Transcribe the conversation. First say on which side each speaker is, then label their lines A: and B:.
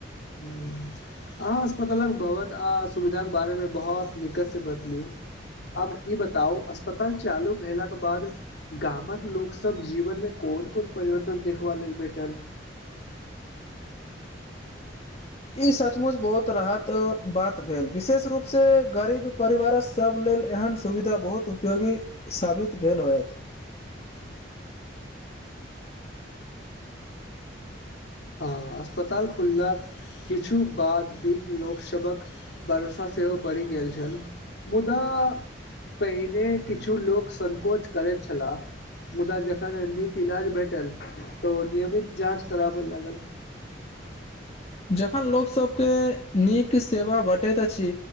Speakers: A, on the left; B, on the left.
A: हूँ अहाँ अस्पतालक भवन आ सुविधाक के बारे में बहुत निकट से बतलियू आब ई बताउ अस्पताल चालू भेलाके बाद गामक लोकग सब जीवन में कोन कोन परिवर्तन देखबा लेल भेटल
B: ई सचमुच बहुत राहत बात भेल विशेष रूप से गरीब परिवारक सब लेल एहन सुविधा बहुत उपयोगी साबित भेल होयत
A: हँ अस्पताल खुललाक किछु बाद दिन लोकसभक वर्षा सेहो बढ़ि गेल छल मुदा पहिने किछु लोक संकोच करैत छलाह मुदा जखन नीक इलाज भेटल तऽ नियमित जाँच कराबे लागल
B: जखन लोकसभके नीक सेवा बँटैत अछि